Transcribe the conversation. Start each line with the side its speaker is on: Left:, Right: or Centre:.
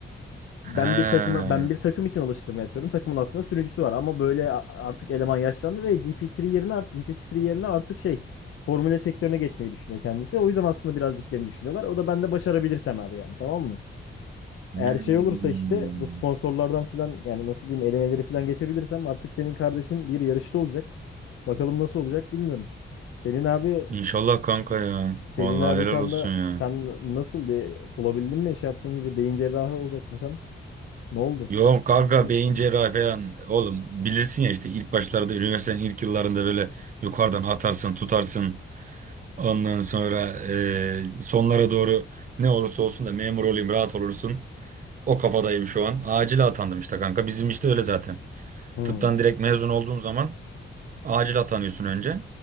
Left: ben
Right: Ha.
Left: bir takıma ben bir takım için alıştırma yapıyorum. Takımın aslında sürücüsü var ama böyle a- artık eleman yaşlandı ve GPT-3 yerine art- GPT-3 yerine artık şey Formüle sektörüne geçmeyi düşünüyor kendisi. O yüzden aslında birazcık beni düşünüyorlar. O da ben de başarabilirsem eğer yani tamam mı?
Right: Hmm.
Left: Eğer şey olursa işte bu sponsorlardan falan yani nasıl diyeyim elemeleri falan geçebilirsem artık senin kardeşin bir yarışta olacak. Bakalım nasıl olacak bilmiyorum. Senin abi
Right: İnşallah kanka ya.
Left: senin
Right: Vallahi
Left: abi
Right: helal
Left: şu anda
Right: olsun ya.
Left: sen nasıl diye olabildin mi? Şey yaptığın gibi beyin cerrahı olacaktın sen. Ne oldu?
Right: Yok kanka
Left: Bir şey
Right: beyin
Left: düşün
Right: cerrahi falan. Oğlum bilirsin ya işte ilk başlarda üniversitenin ilk yıllarında böyle yukarıdan atarsın tutarsın. Ondan sonra eee, sonlara doğru ne olursa olsun da memur olayım rahat olursun. O kafadayım şu an. Acil atandım işte kanka. Bizim işte öyle zaten.
Left: Hmm,
Right: Tıptan direkt mezun olduğun zaman acil atanıyorsun önce.